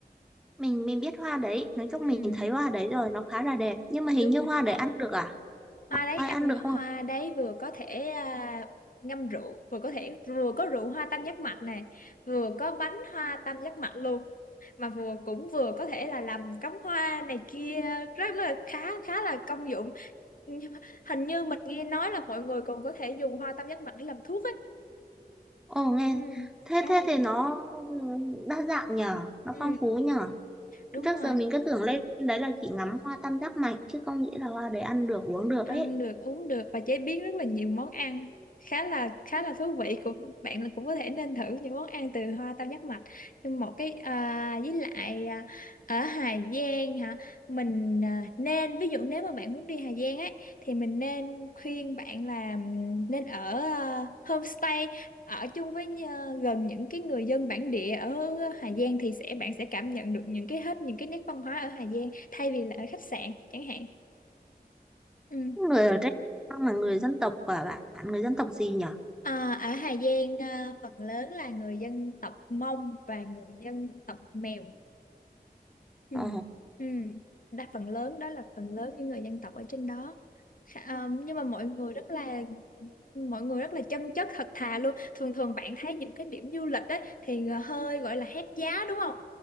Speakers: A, in the centre; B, on the left (about 60°).
A: mình mình biết hoa đấy nói chung
B: Ừ,
A: mình thấy hoa đấy rồi nó khá là đẹp nhưng mà hình
B: đúng
A: như
B: rồi
A: hoa đấy ăn được à
B: hoa đấy
A: ai
B: ăn
A: ăn
B: được
A: được không
B: hoa đấy vừa có thể à, ngâm rượu vừa có thể vừa có rượu hoa tam giác mạch này vừa có bánh hoa tam giác mạch luôn mà vừa cũng vừa có thể là làm cắm hoa này kia rất là khá khá là công dụng Nhưng mà hình như mình nghe nói là mọi người còn có thể dùng hoa tam giác mạch để làm thuốc ấy
A: ồ nghe
B: ừ
A: thế
B: khá
A: thế
B: là là
A: thì
B: nha
A: nó đa dạng nhở nó
B: ừ
A: phong phú nhở
B: đúng
A: Trước
B: rồi
A: giờ mình cứ tưởng lên đấy là chỉ ngắm hoa tam giác mạch chứ không nghĩ là hoa đấy ăn được uống được
B: ăn
A: ấy.
B: được uống được và chế biến rất là nhiều món ăn khá là khá là thú vị cũng bạn là cũng có thể nên thử những món ăn từ hoa tam giác mạch nhưng một cái à, với lại à, ở Hà Giang hả mình à, nên ví dụ nếu mà bạn muốn đi Hà Giang ấy thì mình nên khuyên bạn là ừm, nên ở à, homestay ở chung với à, gần những cái người dân bản địa ở Hà Giang thì sẽ bạn sẽ cảm nhận được những cái hết những cái nét văn hóa ở Hà Giang thay vì là ở khách sạn chẳng hạn Ừ.
A: Người ở trên Trang là người dân tộc quả bạn, người dân tộc gì nhở?
B: À, ở Hà Giang à, phần lớn là người dân tộc Mông và người dân tộc Mèo Ừ.
A: Ồ,
B: Ừ. Đa phần lớn đó là phần lớn những người dân tộc ở trên đó Khá- ờ, nhưng mà mọi người rất là mọi người rất là chân chất thật thà luôn thường thường bạn thấy những cái điểm du lịch đấy thì ờ, hơi gọi là hét giá đúng không